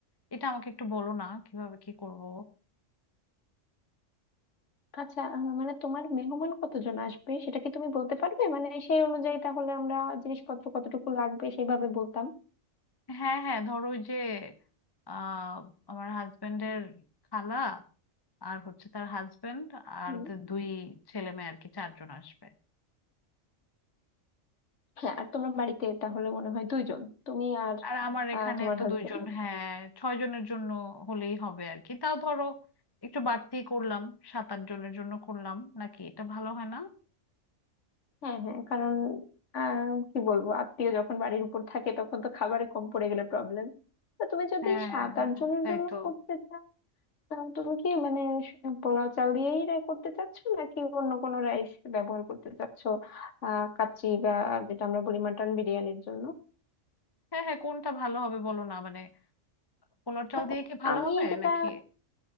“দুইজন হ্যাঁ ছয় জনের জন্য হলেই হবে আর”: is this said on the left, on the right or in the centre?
Left